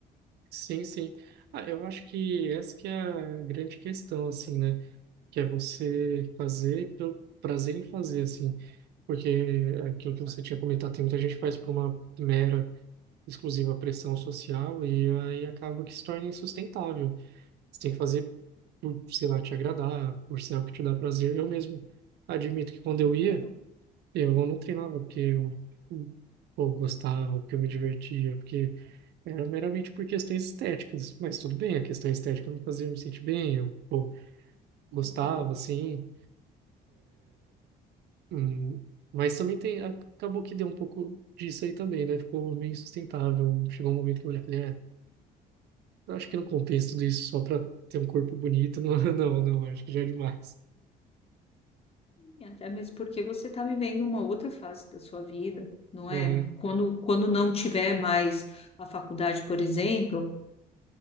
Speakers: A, on the right; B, on the left.
A: Sim, sim. Ah, eu acho que essa que é a grande questão, assim, né? Que é você fazer pelo prazer em fazer, assim. Porque aquilo que você tinha comentado, tem muita gente que faz por uma mera, exclusiva pressão social e aí acaba que se torna insustentável. Você tem que fazer por, sei lá, te agradar, por ser algo que te dá prazer. Eu mesmo admito que quando eu ia,
B: Claro,
A: eu não treinava porque eu, eu eu gostava, porque eu me divertia, porque Era meramente por questões estéticas, mas tudo bem, a questão estética me fazia me sentir bem, eu, pô, gostava,
B: sim.
A: assim, hum, mas também tem, acabou que deu um pouco disso aí também, né? Ficou meio insustentável, chegou um momento que eu olhei e falei, é, eu acho que não compensa tudo isso só pra ter um corpo bonito, não, <laughs> não, não, acho que já é demais.
B: E Até mesmo porque você está vivendo uma outra fase da sua vida, não
A: Uhum,
B: é? Quando, quando não tiver mais a faculdade, por exemplo,